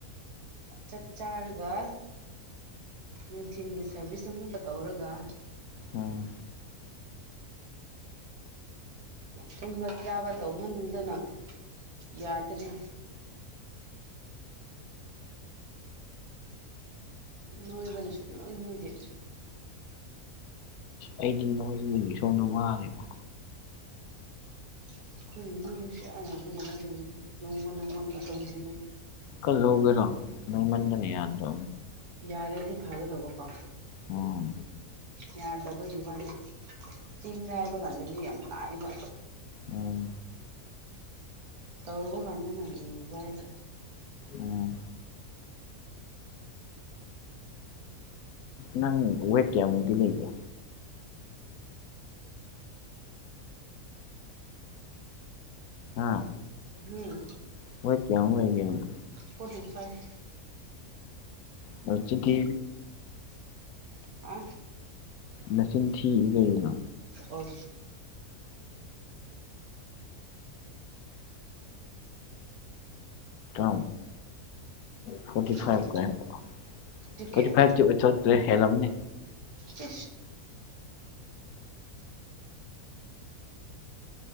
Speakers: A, on the right; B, on the left.
A: ꯆꯥꯛ ꯆꯥꯔꯒ ꯅꯨꯡꯊꯤꯜꯒꯤ ꯁꯥꯔꯚꯤꯁ ꯑꯃꯨꯛꯀ ꯇꯧꯔꯒ
B: ꯑꯣꯝ
A: ꯇꯨꯝꯕ ꯆꯥꯕ ꯇꯧꯍꯟꯗꯅ ꯌꯥꯗꯕꯅꯤ ꯅꯣꯏꯕꯅ ꯁꯨꯡ ꯂꯣꯏ ꯅꯣꯏꯗꯦ
B: ꯑꯩꯗꯤ ꯅꯣꯏꯁꯤ ꯅꯨ ꯁꯣꯗ ꯋꯥꯔꯦꯀꯣ
A: ꯑꯩꯈꯣꯏꯅ ꯅꯣꯡꯒꯤꯁ ꯑꯥꯏꯌꯥꯗ ꯀꯃꯥꯏꯅꯗꯧꯅꯣ ꯈꯜꯂꯦ ꯅꯣꯡꯃ ꯅꯣꯡꯃꯒꯤ ꯇꯝꯁꯤꯜꯂꯦ
B: ꯀꯜꯂꯣꯒꯦꯔꯣ ꯅ ꯃꯟꯗꯅꯤ ꯌꯥꯗ
A: ꯌꯥꯔꯗꯤ ꯐꯒꯗꯧꯕ ꯀꯣ
B: ꯑꯣ
A: ꯌꯥꯗꯕꯒꯤ ꯋꯥꯅꯤ ꯆꯤꯡꯗ ꯍꯥꯏꯕ ꯀꯥꯟꯗꯗꯤ ꯌꯥꯝ ꯂꯥꯏꯕ
B: ꯑꯣꯝ
A: ꯇꯧꯕ ꯀꯥꯟꯗ ꯅꯪ ꯂꯨꯕ ꯍꯥꯏꯇꯥꯔꯦ
B: ꯎꯝ ꯅꯪ ꯋꯦꯠ ꯀꯌꯥꯃꯨꯛꯇꯤ ꯂꯩꯕꯦ ꯑꯥ
A: ꯎꯝ
B: ꯍꯣꯏꯀꯦ ꯌꯦꯅ
A: ꯐꯣꯔꯇꯤ ꯐꯥꯏꯚ
B: ꯍꯧꯆ ꯀ
A: ꯍꯥ
B: ꯃꯆꯅ ꯊꯤ ꯂꯩꯅ
A: ꯑ
B: ꯑꯣ ꯐꯣꯔꯇꯤ ꯐꯥꯏꯚ
A: ꯎꯝ
B: ꯀ
A: ꯑꯗꯨ
B: ꯐꯣꯔꯇꯤ
A: ꯀꯌꯥ
B: ꯐꯚ ꯑꯣꯏꯊ ꯍꯦꯜꯂꯝꯅꯤ
A: ꯎ